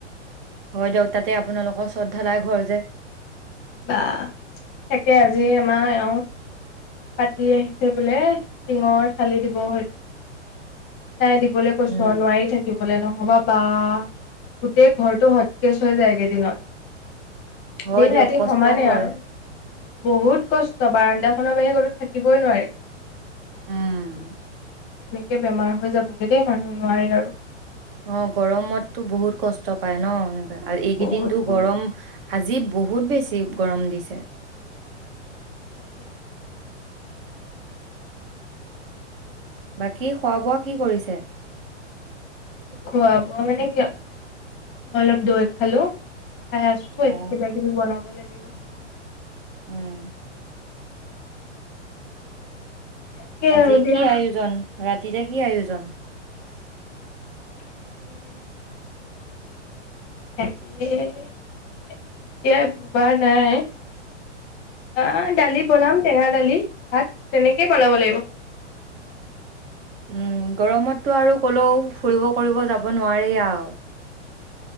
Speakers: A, on the right; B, on the left.
A: হয় দিয়ক তাতে আপোনালোকৰ চত ধালাই ঘৰ যে।
B: বা তাকে আজি আমাৰ এওঁ পাতি আহিছে বোলে টিঙৰ চালি দিব হয় নাই দিবলে কৈছো
A: উম
B: আও নোৱাৰি থাকিব। লে নহবা বা গোটেই ঘৰটো সটকেজ হৈ যায়গেইদিনত
A: হয়
B: দিন
A: দিয়ক
B: ৰাতি
A: কষ্ট
B: সমানে
A: হয়
B: আৰু। বহুত কষ্ট বাৰাণ্ডাখনত মই গলো থাকিবই নোৱাৰে
A: উম।
B: এনেকে বেমাৰ হৈ যাবগে দেই মানুহ নোৱাৰি আৰু।
A: অ গৰমতটো বহুত কষ্ট পাই ন এনেকৈ আৰু এইকেইদিনটো
B: বহুত বহুত
A: গৰম আজি বহুত বেছি গৰম দিছে।
B: তাকে
A: বাকী খোৱা বোৱা কি কৰিছে?
B: খোৱা ব মানে কি অলপ দৈ খালো খাই আছো
A: অ
B: এতিয়া কিবা কিবি বনাব লাগিব লাগিব
A: উম
B: তাকে
A: আজি
B: আৰু দিয়া
A: কি আয়োজন ৰাতিলে কি আয়োজন জন
B: পঠিলে এজে এতিয়াই ভবা নাই অ দালি বনাম টেঙা দালি হাক তেনেকেই বনাব লাগিব
A: উম গৰমততো আৰু কলেও ফুৰিব কৰিব যাব নোৱাৰি আৰু